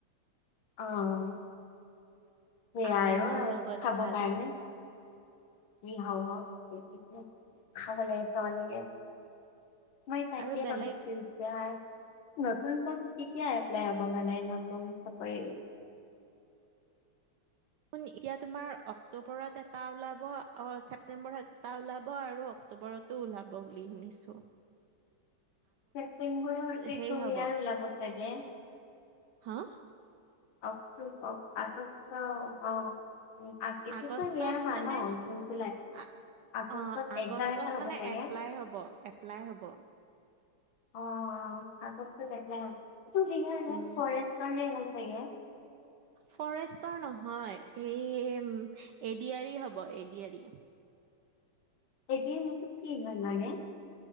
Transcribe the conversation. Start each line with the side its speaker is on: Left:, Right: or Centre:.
Left: অ সেয়া
Right: আমৰ
Left: আৰু
Right: লগত
Left: খাব
Right: ভাত
Left: কাৰণে কি হব দে খাব লাগে খাব লাগে মই তাকে
Right: আৰু বেলেগ
Left: ভাবিছো এতিয়া নতুন <inaudible> কেতিয়া এপ্লাই হব মানে নতুন চাকৰি
Right: শুন এতিয়া তোমাৰ অক্টোবৰত এটা ওলাব অ ছেপটেম্বৰত এটা ওলাব আৰু অক্টোবৰত তো ওলাব বুলি শুনিছোঁ
Left: <unintelligible> ছেপ্টেম্বৰ
Right: হেৰি হব
Left: <inaudible> ওলাব চাগে
Right: হা
Left: অক্টোবৰ আগষ্ট অ আতি <unintelligible>
Right: আগষ্টত
Left: নিয়া মানুহ
Right: মানে
Left: জুন জুলাই
Right: আ-
Left: আগষ্টত
Right: অ আগষ্টত
Left: একজাম এটা হ'ব
Right: মানে
Left: চাগে
Right: এপ্লাই হ'ব এপ্লাই হ'ব
Left: অ অ আগষ্টত এপ্লাই হয়,
Right: উম
Left: <inaudible> ফৰেষ্টৰ হে হয় চাগে?
Right: ফৰেষ্টৰ নহয় এই এডিয়াৰী হ'ব এডিয়াৰী।
Left: এডিয়াৰীটো কি হয় মানে?